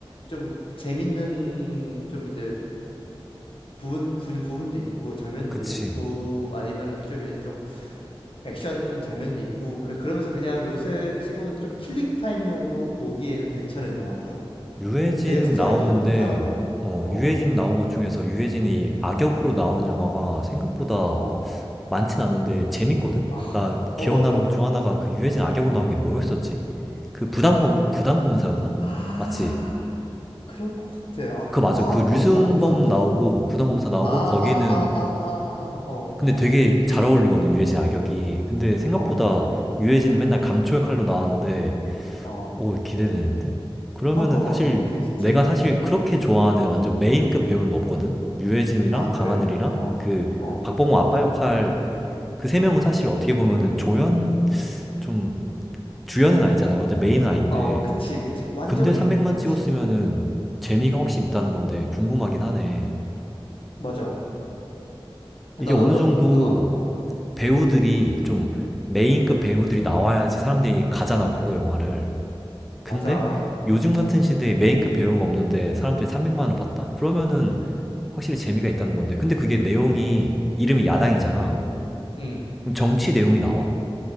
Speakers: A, on the left; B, in the centre.
A: 좀 재밌는 좀 이제 부분 부, 부분도 있고 장면도
B: 그치.
A: 있고 아니면은 좀 이제 좀 액션 장면도 있고 그, 그러면서 그냥 요새 치고는 좀 킬링 타임용으로 보기에는 괜찮은 영화더라고.
B: 유해진
A: 내역 스토리도
B: 나오는데,
A: 탄탄하고
B: 어,
A: 어,
B: 유해진 나온 것 중에서 유해진이 악역으로 나온 영화가 생각보다
A: 어,
B: 많진 않은데 재밌거든?
A: 아,
B: 나
A: 어
B: 기억나는
A: 맞아.
B: 것 중 하나가 그 유해진 악역으로
A: 어.
B: 나온 게 뭐였었지? 그 부당검, 부당검사였나?
A: 아,
B: 맞지?
A: 그런 것 같아. 아,
B: 그거 맞아.
A: 아,
B: 그 류승범
A: 검사 검사 검사?
B: 나오고 부당검사 나오고
A: 아, 아,
B: 거기는
A: 아, 아, 아, 아. 어,
B: 근데
A: 어.
B: 되게 잘 어울리거든, 유해진 악역이. 근데 생각보다
A: 어, 어,
B: 유해진은 맨날 감초의 칼로 나왔는데
A: 어. 어.
B: 오, 기대되는데? 그러면은
A: 한번
B: 사실
A: 봐봐. 재밌
B: 내가
A: 재밌더라고.
B: 사실 그렇게 좋아하는 완전 메인급 배우는 없거든? 유해진이랑
A: 아, 그래?
B: 강하늘이랑
A: 어.
B: 그
A: 어.
B: 박보검 아빠 역할
A: 어.
B: 그 세
A: 아.
B: 명은 사실 어떻게 보면은 조연? 좀 주연은 아니잖아. 완전 메인은 아닌데.
A: 어, 그치, 그치. 완전
B: 근데
A: 메인은
B: 300만
A: 아니지.
B: 찍었으면은 재미가
A: 어,
B: 혹시 있다는 건데 궁금하긴 하네.
A: 맞아. 나도
B: 이게 어느
A: 한번,
B: 정도
A: 너가, 어,
B: 배우들이 좀 메인급 배우들이 나와야지 사람들이 가잖아, 보러 영화를.
A: 맞아.
B: 근데
A: 그,
B: 요즘 같은 시대에 메인급 배우가 없는데 사람들이 300만 원을 받다? 그러면은 확실히 재미가 있다는 건데. 근데 그게 내용이 이름이 야당이잖아.
A: 음, 음.
B: 그럼 정치 내용이 나와?